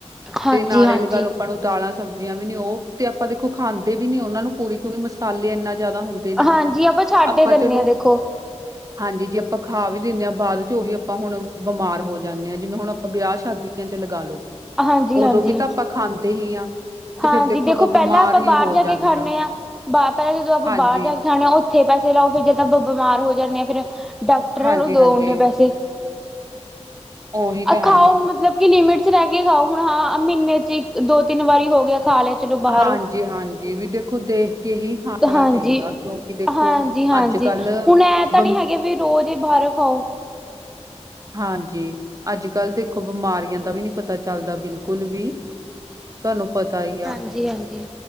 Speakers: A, in the centre; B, on the right.
A: ਹਾਂਜੀ
B: ਤੇ ਨਾਲੇ
A: ਹਾਂਜੀ
B: ਲਗਾਲੋ ਆਪਾਂ ਨੂੰ- ਦਾਲਾਂ, ਸਬਜ਼ੀਆਂ ਵੀ ਨੀ ਓ ਤੇ ਆਪਾਂ ਦੇਖੋ ਖਾਂਦੇ ਵੀ ਨੀ ਓਨਾਂ ਨੂੰ ਪੂਰੀ ਕਿਉਂਕਿ ਮਸਾਲੇ ਏਨਾ- ਜਾਦਾ ਹੁੰਦੇ ਨੇ।
A: ਹਾਂਜੀ ਛੱਡ
B: ਆਪਾਂ
A: ਹੀ ਦਿੰਦੇ
B: ਚਲੋ
A: ਹਾਂ ਦੇਖੋ
B: -ਹਾਂਜੀ ਜੇ ਆਪਾਂ- ਖਾ ਵੀ ਲਿੰਣੇ ਆਂ। ਬਾਅਦ ਚ ਓਹੀ ਆਪਾਂ ਹੁਣ ਬਿਮਾਰ ਹੋ ਜਾਂਨੇ ਆਂ। ਜਿਵੇਂ ਹੁਣ ਆਪਾਂ ਬਿਆ ਸ਼ਾਦੀਆਂ' ਚ ਲਗਾਲੋ।
A: ਹਾਂਜੀ
B: ਓਦੋਂ
A: ਹਾਂਜੀ
B: ਵੀ ਤਾਂ ਆਪਾਂ ਖਾਂਦੇ ਹੀ ਹਾਂ। ਤੇ
A: ਹਾਂਜੀ
B: ਫਿਰ
A: ਦੇਖੋ
B: ਆਪਾਂ ਬਿਮਾਰ
A: ਪੈਲਾਂ ਆਪਾਂ
B: ਹੀ
A: ਬਾਰ
B: ਹੋ
A: ਜਾ
B: ਜਾਂਦੇ
A: ਕੇ ਖਾਂਣੇ
B: ਹਾਂ
A: ਆਂ। ਬਾਰ ਤਾਂ ਜਦੋਂ ਆਪਾਂ
B: ਹਾਂਜੀ
A: ਬਾਰ ਜਾ ਕੇ ਖਾਣਾ। ਓ- ਓਥੇ ਪੈਸੇ ਲਾਓ। ਫੇਰ ਜੇ ਤਾ ਆਪਾਂ ਬਿਮਾਰ ਹੋ ਜਾਂਨੇ ਆਂ ਫੇਰ- ਡਾਕਟਰਾਂ
B: ਹਾਂਜੀ
A: ਨੂੰ ਦੋ
B: ਹਾਂਜੀ
A: ਓਨੇ ਪੈਸੇ।
B: ਉਹੀ ਤਾਂ
A: ਆ
B: ਹੈਗਾ
A: ਖਾਓ ਮਤਲਬ ਕੀ ਲਿਮੀਟ- ਚ ਰੈ ਕੇ ਖਾਓ। ਹੁਣ ਹਾਂ ਮੀਨੇ 'ਚ ਇੱਕ ਦੋ- ਤਿੰਨ ਵਾਰੀ ਹੋ ਗਿਆ ਖਾ ਲਿਆ। ਚਲੋ ਬਾਹਰੋਂ
B: ਹਾਂਜੀ- ਹਾਂਜੀ ਵੀ ਦੇਖੋ ਦੇਖ ਕੇ ਹੀ ਖਾਣਾ
A: ਹਾਂਜੀ
B: ਚਾਹੀਦਾ। ਕਿਉਂਕਿ ਦੇਖੋ-
A: ਹਾਂਜੀ ਹਾਂਜੀ
B: ਅੱਜ-ਕੱਲ,
A: ਹੁਣ ਐ ਤਾਂ
B: ਬਮ-
A: ਨਹੀਂ ਹੈਗੇ ਵੀ ਰੋਜ਼ ਈ ਬਾਹਰੋਂ ਖਾਓ।
B: ਹਾਂਜੀ ਅੱਜ ਕੱਲ੍ਹ ਦੇਖੋ ਬਿਮਾਰੀਆਂ ਦਾ ਵੀ ਨੀ ਪਤਾ ਚੱਲਦਾ ਬਿਲਕੁਲ ਵੀ। ਤੁਆਨੂੰ ਪਤਾ ਈ
A: ਹਾਂਜੀ
B: ਆ।
A: ਹਾਂਜੀ